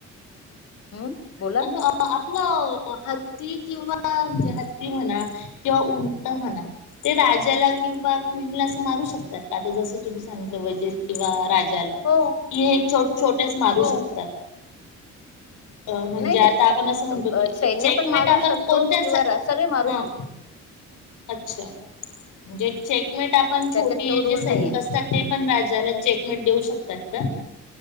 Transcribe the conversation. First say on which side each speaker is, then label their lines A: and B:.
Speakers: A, on the left; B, on the left.
A: हम् बोला
B: अस आपल हत्ती किंवा म्हणजे हत्ती म्हणा किंवा उंट म्हणा ते राजाला किंवा क्वीनला असं मारू शकतात का? आता जसं तुम्ही सांगितलं वजिर किंवा राजा ज्याला
A: हो
B: कि हे छोट, छोटेच मारू
A: हो
B: शकतात. अ म्हणजे
A: नाही
B: आता आपण असं म्हणतो की
A: सैन्य
B: चेकमेट
A: पण मारू
B: आपण
A: शकतो
B: कोणत्या अस
A: किंवा सगळे मारू
B: हं
A: शकतो
B: अच्छा. म्हणजे चेक मिट आपण
A: त्याच्यात
B: छोटी
A: तो रूल
B: जे सैनिक
A: नाहीये
B: असतात ते पण राजाला चेक देऊ शकतात का?